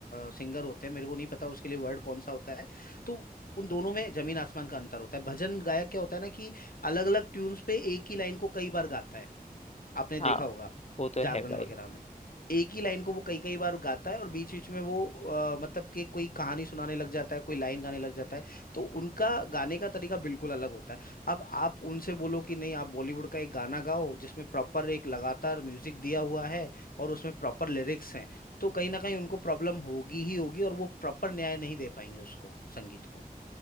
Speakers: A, on the left (about 65°); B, on the left (about 45°).
A: सिंगर होते हैं मेरे को नहीं पता उसके लिए वर्ड कौन सा होता है तो उन दोनों में जमीन आसमान का अंतर होता है भजन गायक क्या होता है ना कि अलग अलग ट्यून्स पे एक ही लाइन को कई बार गाता है आपने
B: हाँ
A: देखा होगा
B: वो तो
A: जागरण
B: है भाई
A: वगैरह में एक ही लाइन को वो कई कई बार गाता है और बीच बीच में वो अ, मतलब कि कोई कहानी सुनाने लग जाता है कोई लाइन गाने लग जाता है तो उनका गाने का तरीका बिल्कुल अलग होता है अब आप उनसे बोलो कि नहीं आप बॉलीवुड का एक गाना गाओ जिसमें प्रॉपर एक लगातार म्यूजिक दिया हुआ है और उसमें प्रॉपर लिरिक्स हैं तो कहीं ना कहीं उनको प्रॉब्लम होगी ही होगी और वो प्रॉपर न्याय नहीं दे पाएंगे उसको संगीत को